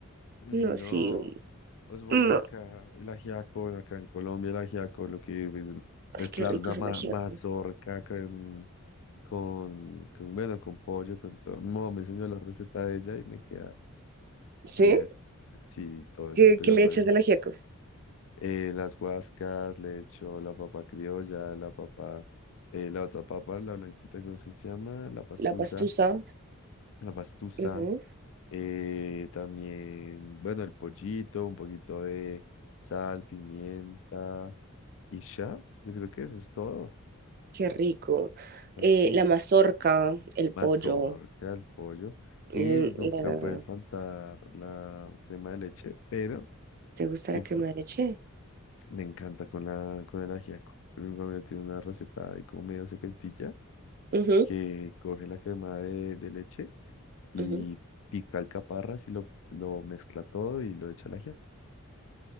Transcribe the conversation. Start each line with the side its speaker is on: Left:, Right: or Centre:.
Left: Y
Right: no,
Left: no,
Right: sí. un-
Left: o supongamos
Right: No.
Left: acá el ajiaco, acá en Colombia el ajiaco, lo que es
Right: Ay,
Left: mezclar
Right: qué rico
Left: una
Right: es
Left: ma-
Right: el ajiaco.
Left: mazorca con, con, con, bueno, con pollo, con todo. Mi mamá me enseñó la receta de ella y me queda
Right: ¿Sí?
Left: diez Sí, todo eso.
Right: ¿Qué,
Left: Empezamos
Right: qué le echas al ajiaco?
Left: eh, las guascas, le echo la papa criolla, la papa, eh, la otra papa, la blanquita, ¿cómo se llama? La pastusa,
Right: La pastusa.
Left: la pastusa.
Right: ujú,
Left: Eh, también, bueno, el pollito, un poquito de sal, pimienta y ya. Yo creo que eso es todo.
Right: Qué rico.
Left: Así,
Right: Eh, la mazorca, el pollo.
Left: mazorca, el pollo. Y
Right: eh,
Left: nunca
Right: la-
Left: puede faltar la crema de leche, pero
Right: ¿Te gusta la
Left: mi
Right: crema
Left: fa-
Right: de leche?
Left: me encanta con la, con el ajiaco. Mi familia tiene una receta ahí como medio secretilla
Right: Ujú,
Left: que coge la crema de, de leche y
Right: ujú.
Left: pica alcaparras y lo, lo mezcla todo y lo echa al ajiaco.